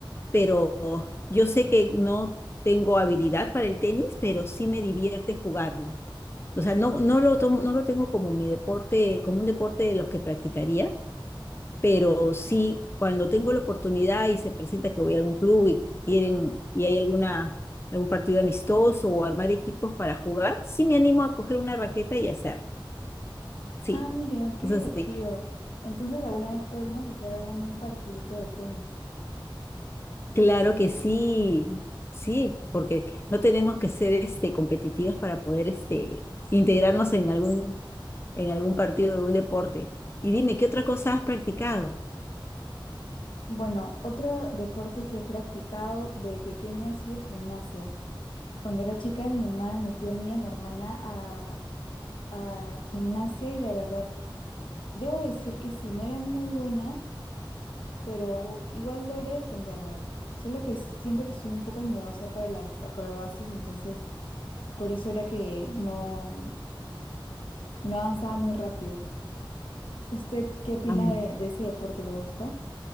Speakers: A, on the left; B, on the left.
A: pero yo sé que no tengo habilidad para el tenis, pero sí me divierte jugarlo. O sea, no, no lo tomo- no lo tengo como mi deporte, como un deporte de los que practicaría pero sí, cuando tengo la oportunidad y se presenta que voy a algún club y quieren, y hay alguna, algún partido amistoso o armar equipos para jugar, sí me animo a coger una raqueta y hacer. Sí,
B: Ah, mira, qué
A: eso
B: divertido.
A: sí.
B: Entonces, alguna vez podremos hacer algún partidito de tenis.
A: Claro que sí, sí, porque no tenemos que ser este, competitivas para poder este,
B: Sí.
A: integrarnos en algún, en algún partido de un deporte. Y dime, ¿qué otra cosa has practicado?
B: Bueno, otro deporte que he practicado de pequeña ha sido gimnasia. Cuando era chica, mi mamá me metió a mí y a mi hermana a, a gimnasia y la verdad, debo decir que sí, no era muy buena, pero igual logré defenderme. Solo que siento que soy un poco miedosa para las acrobacias, entonces por eso era que no, no avanzaba muy rápido. ¿Usted qué opina
A: Ah,
B: de, de ese deporte? ¿Le gusta?